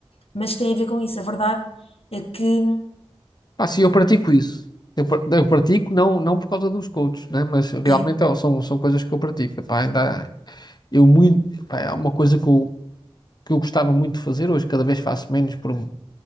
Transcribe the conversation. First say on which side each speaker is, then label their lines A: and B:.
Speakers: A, on the left; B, on the left.
A: mas que têm a ver com isso. A verdade é que
B: ah sim, eu pratico isso. Eu, pra- eu pratico não, não por causa dos coaches, né? Mas realmente
A: Sim.
B: ó, são, são coisas que eu pratico, pá, ainda, eu muito, pá, é uma coisa que eu que eu gostava muito de fazer, hoje cada vez faço menos por- um,